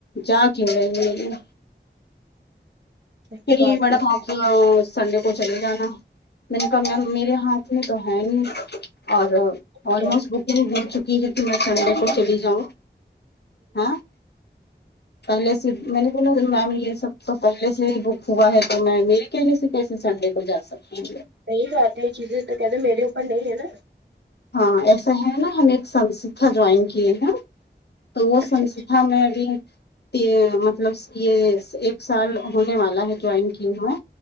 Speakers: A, on the left; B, on the right.
A: جا کیوں رہی ہے یہ
B: اچھی
A: پھر
B: بات
A: یہ میڈم
B: ہے
A: آپ سنڈے کو چلے جانا میں نے کہا میم میرے ہاتھ اس میں تو ہے نہیں اور
B: کیا
A: آلموسٹ بک وہ ہو چکی ہے تو میں سنڈے کو چلی جاؤں ہاں پہلے سے میں نے بولا میم یہ سب تو پہلے سے ہی بک ہوا ہے تو میں میرے کہنے سے ویسے سنڈے کو جا سکتی ہوں میں
B: صحیح بات ہے یہ چیزیں تو کہتے ہیں میرے اوپر نہیں ہے نا
A: ہاں ایسا ہے نا ہم ایک سنستھا جوائن کیے ہیں نہ تو وہ
B: اچھا
A: سنستھا میں ابھی تی یہ مطلب یہ ایک سال ہونے والا ہے جوائن کی ہوں میں